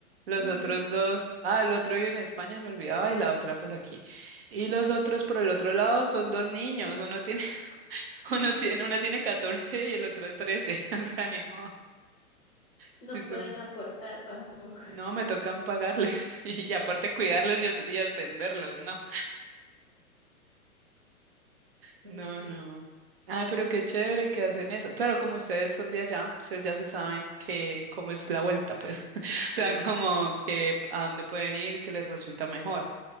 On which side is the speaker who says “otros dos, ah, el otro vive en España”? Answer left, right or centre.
Right